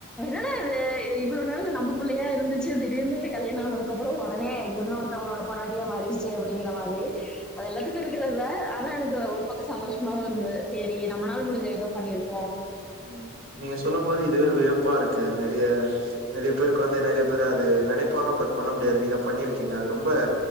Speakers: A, in the centre; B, on the right.
A: என்னடா இது இவ்ளோ நாளா நம்பபுள்ளேயே இருந்துச் சி திடீர்னு கல்யாண ஆனதுக்கப்புறோ உடனே இன்னொத்தவங்ளோட பொண்டாட்டிய மாறிருச்சு சே அப்டிங்கிற மாரி அது எல்லாத்துக்கு இருக்கிறர்தா ஆனா எனக்கு ஒரு பக்கொ சந்தோஷ்மாவுருந்து சேரி நம்ம நாள் முடிஞ்செ எதோ பண்ணிருக்
B: ம் நீங்க சொல்லு போது இதுவே வியப்பா இருக் கு நறிய நெறயெப்பேர் உக்காந்து நெறயெ பேரெ அது நெனைப்பாங்க பட் பண்ண முடியாது நீங்க பண்ணிருக்கீங்க அது ரொம்ப